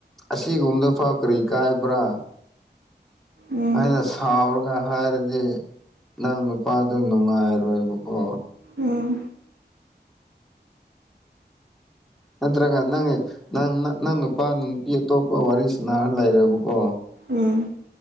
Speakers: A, in the centre; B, on the right (about 80°).
A: ꯑꯁꯤꯒꯨꯝꯕꯗꯐꯥꯎ ꯀꯔꯤ ꯀꯥꯏꯕ꯭ꯔꯥ
B: ꯎꯝ
A: ꯑꯩꯅ ꯁꯥꯎꯔꯒ ꯍꯥꯏꯔꯗꯤ ꯅꯪ ꯅꯨꯄꯥꯗꯨ ꯅꯨꯡꯉꯥꯏꯔꯣꯏꯕꯀꯣ
B: ꯎꯝ
A: ꯅꯠꯇ꯭ꯔꯒ ꯅꯪꯒꯤ ꯅꯪ ꯅꯪ ꯅꯪ ꯅꯨꯄꯥꯅ ꯅꯨꯄꯤ ꯑꯇꯣꯞꯄ ꯋꯥꯔꯤ ꯁꯥꯅꯥꯔ ꯂꯩꯔꯦꯕꯀꯣ
B: ꯎꯝ